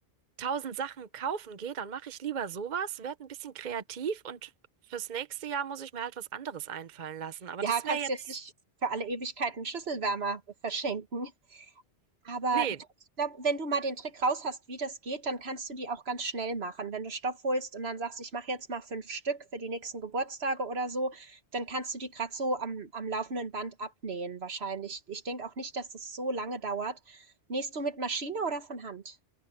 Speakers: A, on the right (about 45°); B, on the right (about 65°).
A: tausend Sachen kaufen gehe, dann mache ich lieber sowas, werde ein bisschen kreativ und fürs nächste Jahr muss ich mir halt was anderes einfallen lassen. Aber
B: Ja,
A: das
B: kannst
A: wäre jetzt,
B: jetzt nicht für alle Ewigkeiten Schüsselwärmer verschenken. Aber
A: nee.
B: du, ich glaube, wenn du mal den Trick raus hast, wie das geht, dann kannst du die auch ganz schnell machen. Wenn du Stoff holst und dann sagst, ich mache jetzt mal fünf Stück für die nächsten Geburtstage oder so, dann kannst du die grad so am, am laufenden Band abnähen wahrscheinlich. Ich denke auch nicht, dass das so lange dauert. Nähst du mit Maschine oder von Hand?